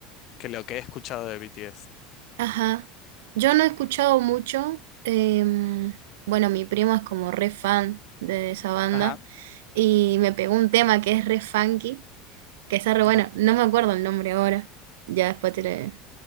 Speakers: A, on the left; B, on the right.
A: que lo que he escuchado de BTS.
B: ajá. Yo no he escuchado mucho, em, bueno, mi primo es como re fan de esa banda
A: Ajá,
B: y me pegó un tema que es re funky, que está re bueno,
A: ajá.
B: no me acuerdo el nombre ahora, ya después te lo-